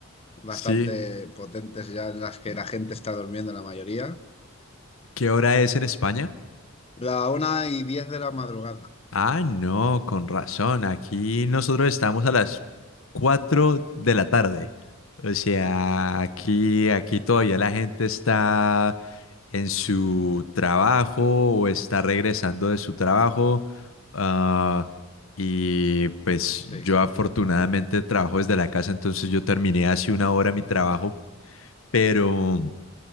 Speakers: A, on the left; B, on the left.
A: bastante
B: sí.
A: potentes, ya en las que la gente está durmiendo la mayoría.
B: ¿Qué hora es en España?
A: La una y diez de la madrugada.
B: Ah, no, con razón. Aquí nosotros estamos a las 4 de la tarde. O sea,
A: Claro,
B: aquí, aquí todavía la gente está en su trabajo o está regresando de su trabajo. ah, y pues
A: Sí,
B: yo afortunadamente trabajo desde la casa, entonces yo terminé hace una hora mi trabajo pero,